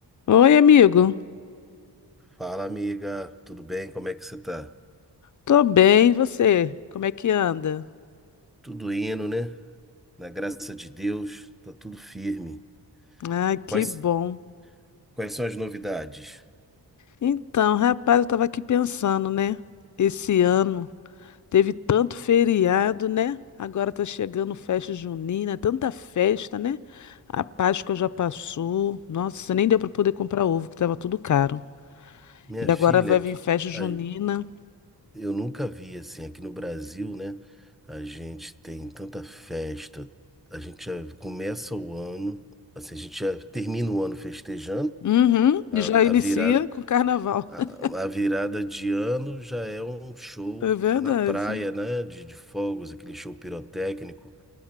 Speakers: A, on the left; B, in the centre.
A: Oi, amigo.
B: Fala, amiga, tudo bem? Como é que você tá?
A: Tô bem, e você? Como é que anda?
B: Tudo indo, né? Na graça de Deus, tá tudo firme.
A: Ah, que
B: Quais,
A: bom.
B: quais são as novidades?
A: Então, rapaz, eu tava aqui pensando, né? Esse ano teve tanto feriado, né? Agora tá chegando festa junina, tanta festa, né? A Páscoa já passou. Nossa, nem deu pra poder comprar ovo, que tava tudo caro.
B: Minha
A: E
B: filha,
A: agora vai vir
B: que-
A: festa junina.
B: a- eu nunca vi assim, aqui no Brasil, né? A gente tem tanta festa, a gente já começa o ano, assim, a gente já termina o ano festejando,
A: Uhum,
B: a,
A: e já inicia
B: a virada,
A: com carnaval.
B: a,
A: <laughs>
B: a virada de ano já é um show
A: É verdade.
B: na praia, né? De, de fogos, aquele show pirotécnico.